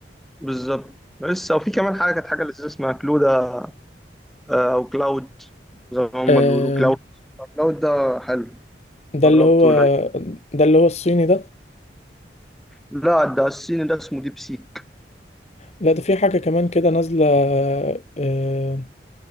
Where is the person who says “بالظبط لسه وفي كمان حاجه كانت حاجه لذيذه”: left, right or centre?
Centre